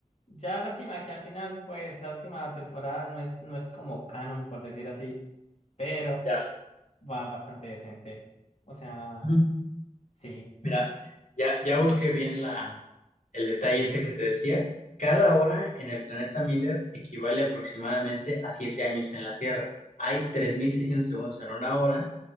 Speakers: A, on the left; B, on the left.
A: Ya lástima que al final, pues, la última temporada no es, no es como canon, por decir así. Pero
B: Ya.
A: va bastante decente. O sea,
B: Ujú.
A: sí.
B: Mira, ya, ya busqué bien la, el detalle ese que te decía. Cada
A: Ujú.
B: hora en el planeta Miller equivale aproximadamente a siete años en la Tierra. Hay 3.600 segundos en una hora